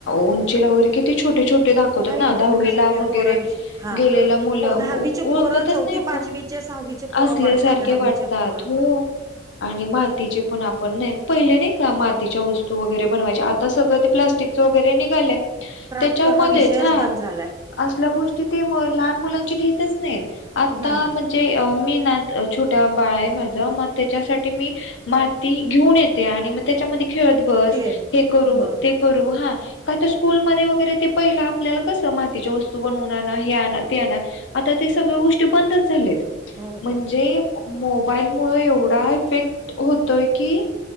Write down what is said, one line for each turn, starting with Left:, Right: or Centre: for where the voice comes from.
Left: उंचीला वगैरे कि ते छोटे छोटे दाखवतात
Right: हाईट
Left: ना
Right: कमी
Left: दहावीला
Right: झाली
Left: वगैरे
Right: पोरांची हा
Left: गेलेलं मुलं
Right: दहावीचे
Left: ओळखतच
Right: पोरं चौथी
Left: नाही
Right: पाचवीचे
Left: पण
Right: सहावीचे पोरं
Left: असल्यासारखे
Right: वाढतात दहावीचे
Left: वाटतात
Right: पोरं
Left: हो आणि मातीचे पण आपण नाही पहिले नाही का मातीच्या वस्तू वगैरे बनवायच्या आता सगळं ते प्लाॅस्टिकचं वगैरे निघालय
Right: क्राफ्ट
Left: त्याच्यामध्येच
Right: हा विषयच
Left: हा
Right: बंद झालाय
Left: असल्या गोष्टी ते लहान मुलांची घेतच नाहीत आता
Right: नाही
Left: जे मी नात छोट्या बाळा आहे माझ मग त्याच्यासाठी मी माती घेऊन येत आणि मग त्याच्यामध्ये खेळत बस
Right: क्ले
Left: हे करू
Right: हो
Left: ते करू हा का तर स्कूलमध्येध्ये वगैरे ते पहिलं आपल्याला कस मातीच्या वस्तू बनवून आण हे आण ते आण आता ते सगळ गोष्टी बंदच झालेत
Right: हो
Left: म्हणजे
Right: हो
Left: मोबाईल मु एवढा इफेक्ट होतोय की